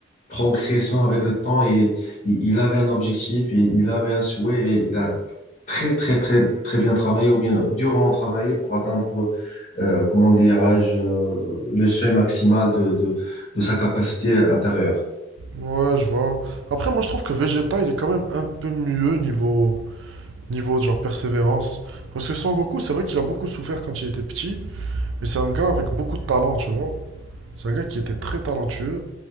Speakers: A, on the left (about 35°); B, on the right (about 75°).
A: progressant avec le temps et il il avait un objectif, il il avait un souhait et il a très, très, très, très bien travaillé ou bien durement travaillé pour atteindre, euh, comment dirais-je, euh, le seuil maximal de, de, de sa capacité intérieure.
B: Ouais, je vois. Après, moi, je trouve que Vegeta, il est quand même un peu mieux niveau, niveau genre persévérance. Parce que Sangoku, c'est vrai qu'il a beaucoup souffert quand il était petit. Mais c'est un gars avec beaucoup de talent, tu vois. C'est un gars qui était très talentueux